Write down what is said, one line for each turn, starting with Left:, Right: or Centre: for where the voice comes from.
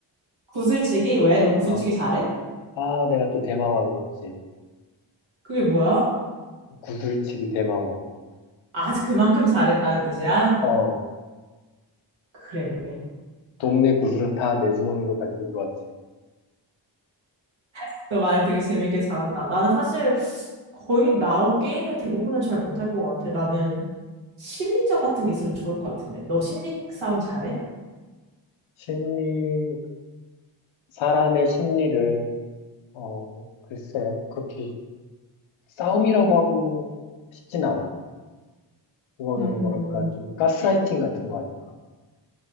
Right: 구슬치기? 왜? 너 구슬치기
Left: 어,
Right: 잘해?
Left: 아, 내가 또 대마왕이었지.
Right: 그게 뭐야?
Left: 구슬치기 대마왕.
Right: 아, 그만큼 잘했다는 뜻이야?
Left: 어,
Right: 그래.
Left: 동네 구슬은 다 내 주머니로 가지고 들어왔지.
Right: <laughs> 너 말을 되게 재밌게 잘한다. 나는 사실 거의 나온 게임의 대부분은 잘 못할 것 같아. 나는 심리전 같은 게 있으면 좋을 것 같은데. 너 심리 싸움 잘해?
Left: 심리, 사람의 심리를, 어, 글쎄, 그렇게 싸움이라고 하고 싶진 않아. 그거는
Right: 음,
Left: 뭐랄까, 좀 가스라이팅 같은 거 아닐까?